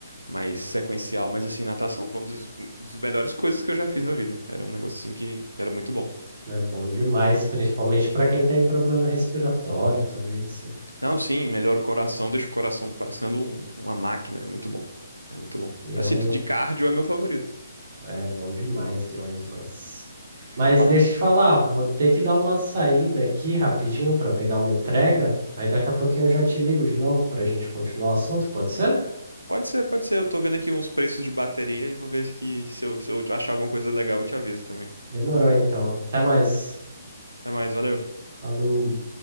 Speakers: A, on the right (about 80°); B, on the right (about 45°).
A: mais sequencial. Mas, assim, natação foi uma das, das melhores coisas que eu já fiz na vida. Era um negócio, assim, que era muito bom.
B: É bom demais, principalmente para quem tem problema respiratório também, assim.
A: Não, sim, melhora o coração, deixa o coração parecendo um- uma máquina. É muito bom. É muito bom.
B: Viram
A: Assim, de cardio é meu favorito.
B: É bom demais, demais, demais. Mas
A: Falando
B: deixa eu te falar, vou ter que dar uma saída aqui rapidinho para pegar uma entrega. Aí daqui a pouquinho eu já te ligo de novo para a gente continuar o assunto, pode ser?
A: Pode ser, pode ser. Eu tô vendo aqui uns preços de bateria e vou ver se que- se eu, se eu achar alguma coisa legal, eu te aviso também.
B: Demorou então. Até mais.
A: Até mais, valeu.
B: Falou.